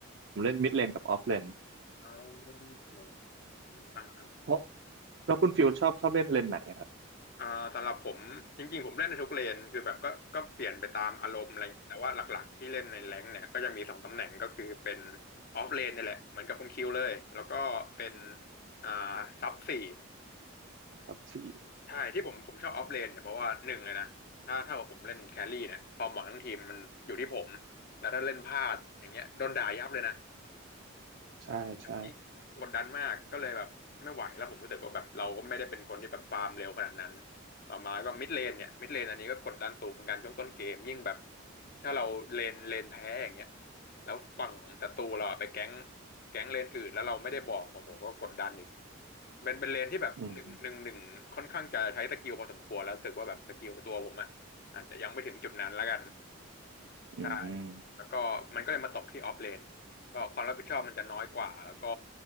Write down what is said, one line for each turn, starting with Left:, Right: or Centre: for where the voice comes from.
Right: ผมเล่นมิดเลนกับออฟเลน
Left: อ๋อ
Right: เพราะแล้วคุณฟิลชอบชอบเล่นเลนไหนอะครับ
Left: อ่าสำหรับผมจริงๆ ผมเล่นในทุกเลนคือแบบก็ก็เปลี่ยนไปตามอารมณ์อะไรอย่างเงี้ยแต่ว่าหลักๆที่เล่นในแรงค์เนี่ยก็จะมีสองตำแหน่งก็คือเป็นออฟเลนนี่แหละเหมือนกับคุณคิวเลย แล้วก็เป็นอ่าซับสี่
Right: แบบสี่
Left: ใช่ที่ผมผมชอบออฟเลนเนี่ยเพราะว่าหนึ่งเลยนะถ้าถ้าว่าผมเล่นแครี่เนี่ยความหวังทั้งทีมมันอยู่ที่ผมแล้วถ้าเล่นพลาดอย่างเงี้ยโดนด่ายับเลยนะ
Right: ใช่ใช่
Left: ยิ่งกดดันมากก็เลยแบบไม่ไหวแล้วผมรู้สึกว่าแบบเราก็ไม่ได้เป็นคนที่แบบฟาร์มเร็วขนาดนั้นต่อมาก็มิดเลนเนี่ยมิดเลนอันนี้ก็กดดันสูงเหมือนกันช่วงต้นเกมยิ่งแบบถ้าเราเลนเลนแพ้อย่างเงี้ยแล้วฝั่งศัตรูเราอะไปแก๊งแก๊งเลนอื่นแล้วเราไม่ได้บอกโอ้โหก็กดดันอีกเป็นเป็นเลนที่แบบหนึ่งหนึ่งหนึ่งค่อนข้างจะใช้สกิลพอสมควรแล้วรู้สึกว่าแบบสกิลตัวผมอะอาจจะยังไม่ถึงจุดนั้นแล้วกัน
Right: อืมอืมอืม
Left: ใช่แล้วก็มันก็เลยมาตกที่ออฟเลนก็ความรับผิดชอบมันจะน้อยกว่าแล้วก็